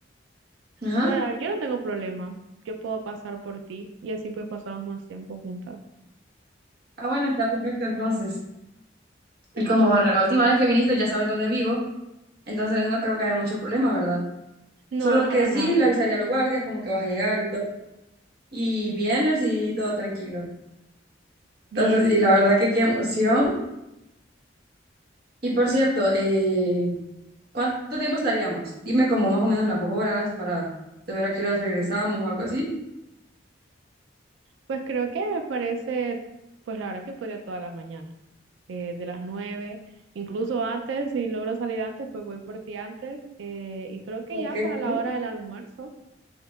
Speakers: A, on the right (about 55°); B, on the right (about 80°).
A: Ajá.
B: Digo, la verdad, yo no tengo problema. Yo puedo pasar por ti y así pues pasamos más tiempo juntas.
A: Ah, bueno, está perfecto entonces. Y como la última vez que viniste ya sabes dónde vivo, entonces no creo que haya mucho problema, ¿verdad?
B: No,
A: Solo
B: para
A: que sí,
B: nada.
A: le avisaría a los guardias como que vas a llegar y todo. Y vienes y todo tranquilo.
B: Bien.
A: Entonces, y la verdad que qué emoción. Y por cierto, eh, ¿cuánto tiempo estaríamos? Dime como más o menos las horas para saber a qué hora regresamos o algo así.
B: Pues creo que me parece, pues la verdad que podría toda la mañana, eh, de las nueve, incluso antes, si logro salir antes, pues voy por ti antes. eh, y creo que
A: Ok,
B: ya para
A: ok.
B: la hora del almuerzo,